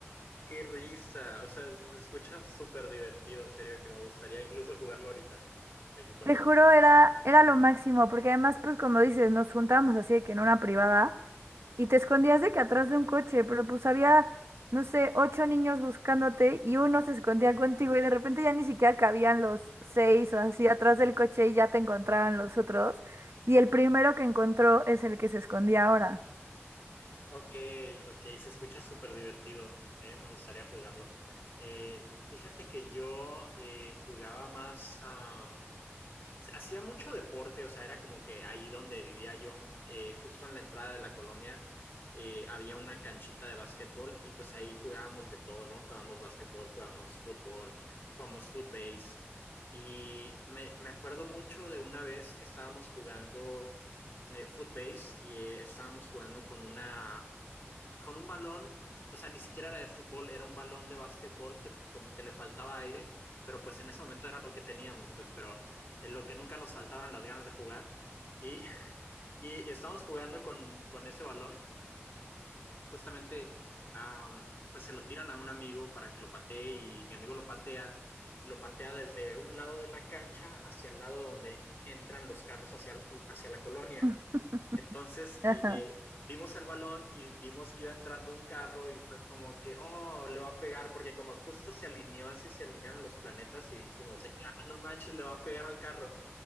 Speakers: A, on the left; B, on the right.
A: qué risa, o sea, se se escucha súper divertido, en serio, que me gustaría incluso jugarlo ahorita, de que con
B: Te
A: mis...
B: juro, era, era lo máximo, porque además, pues como dices, nos juntábamos así de que en una privada y te escondías de que atrás de un coche, pero pues había, no sé, ocho niños buscándote y uno se escondía contigo y de repente ya ni siquiera cabían los seis o así atrás del coche y ya te encontraban los otros. Y el primero que encontró es el que se escondía ahora.
A: Ok, ok, se escucha súper divertido, eh, Me gustaría jugarlo. Eh, fíjate que yo eh, jugaba más, ah, hacía mucho deporte, o sea, era como que ahí donde vivía yo, eh, justo en la entrada de la colonia, eh, había una canchita de básquetbol y pues ahí jugábamos de todo, ¿no? Jugábamos básquetbol, jugábamos fútbol, jugábamos footbase y me, me acuerdo mucho de una vez que estábamos jugando eh, footbase y eh, estábamos jugando con una con un balón, o sea, ni siquiera era de fútbol, era un balón de básquetbol que como que le faltaba aire, pero pues en ese momento era lo que teníamos, pues, pero de lo que nunca nos faltaban las ganas de jugar. Y, <laughs> y, y estamos jugando con, con ese balón, justamente, um, pues se lo tiran a un amigo para que lo patee y mi amigo lo patea y lo patea desde un lado de la cancha hacia el lado donde entran los carros hacia, hacia la colonia.
B: <laughs>
A: Entonces
B: Ajá.
A: eh, vimos el balón y vimos que iba entrando un carro y fue como que, oh, le va a pegar, porque como justo se alineó así, se alinearon los planetas y dijimos, de que, ah, no manches, le va a pegar al carro